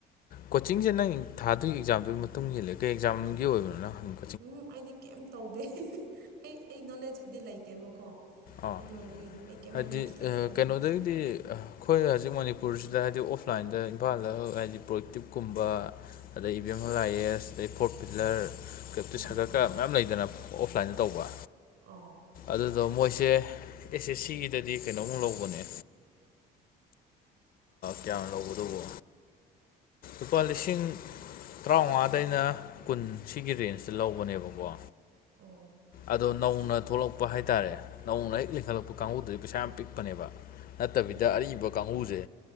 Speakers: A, on the left; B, on the right.
A: ꯀꯣꯆꯤꯡꯁꯦ ꯅꯪ ꯊꯥꯗꯨꯒꯤ ꯑꯦꯛꯖꯥꯝꯗꯨꯒꯤ ꯃꯇꯨꯡ ꯏꯜꯂꯦ ꯀꯩ ꯑꯦꯛꯖꯥꯝꯒꯤ ꯑꯣꯏꯕꯅꯣ ꯍꯪꯕ
B: ꯎꯝ ꯑꯩꯗꯤ ꯀꯩꯝ ꯇꯧꯗꯦ ꯑꯩ ꯑꯩ ꯅꯣꯂꯦꯖꯄꯨꯗꯤ ꯂꯩꯇꯦꯕꯀꯣ
A: ꯑꯥ
B: ꯑꯗꯨ ꯑꯣꯏꯕꯒꯤꯅꯦ ꯑꯩ ꯀꯩꯝ
A: ꯍꯥꯏꯗꯤ
B: ꯅꯣꯂꯦꯖ ꯂꯩꯇꯕ
A: ꯀꯩꯅꯣꯗꯒꯤꯗꯤ
B: ꯁꯨꯝꯕꯁꯦ
A: ꯑꯩꯈꯣꯏ ꯍꯧꯖꯤꯛ ꯃꯅꯤꯄꯨꯔꯁꯤꯗ ꯍꯥꯏꯗꯤ ꯑꯣꯐꯂꯥꯏꯟꯗ ꯏꯝꯐꯥꯜꯗ ꯍꯥꯏꯗꯤ ꯄ꯭ꯔꯣꯌꯦꯦꯛꯇꯤꯞꯀꯨꯝꯕ ꯑꯗꯩ ꯏꯚꯤ ꯑꯦꯝ ꯍꯜ ꯑꯥꯏ ꯑꯦꯁ ꯑꯗꯩ ꯐꯣꯔꯠ ꯄꯤꯜꯂꯔ ꯀꯩꯞꯇꯤ
B: ꯎꯝ
A: ꯁꯥꯒꯔꯀ ꯃꯌꯥꯝ ꯂꯩꯗꯅ ꯑꯣꯐꯂꯥꯏꯟꯗ ꯇꯧꯕ
B: ꯑꯥꯎ
A: ꯑꯗꯨꯗꯣ ꯃꯣꯏꯁꯤ ꯁꯦ ꯑꯦꯁ ꯑꯦꯁ ꯁꯤꯒꯤꯗꯗꯤ ꯀꯩꯅꯣꯝ ꯂꯧꯕꯅꯦ ꯀꯌꯥꯝ ꯂꯧꯕꯗꯨꯕꯣ ꯂꯨꯄꯥ ꯂꯤꯁꯤꯡ ꯇꯔꯥꯃꯉꯥꯗ ꯑꯩꯅ ꯀꯨꯟ ꯁꯤꯒꯤ ꯔꯦꯟꯖꯇ ꯂꯧꯕꯅꯦꯕꯀꯣ
B: ꯑꯣ
A: ꯑꯗꯣ ꯅꯧꯅ ꯊꯣꯛꯂꯛꯄ ꯍꯥꯏꯇꯥꯔꯦ ꯅꯧꯅ ꯍꯦꯛ ꯂꯤꯡꯈꯠꯂꯛꯄ ꯀꯥꯡꯕꯨꯗꯨꯗꯤ ꯄꯩꯁꯥ ꯌꯥꯝ ꯄꯤꯛꯄꯅꯦꯕ ꯅꯠꯇꯕꯤꯗ
B: ꯑꯣ
A: ꯑꯔꯤꯕ ꯀꯥꯡꯕꯨꯁꯦ